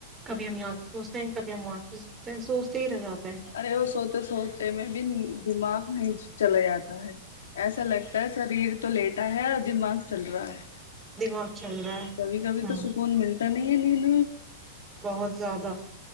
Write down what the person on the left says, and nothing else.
ارے وہ سوتے سوتے میں بھی دماغ وہیں چلا جاتا ہے ایسا لگتا ہے شریر تو لیٹا ہے اور دماغ چل رہا ہے
کبھی کبھی
تو سکون ملتا ت نہیںے نہیںین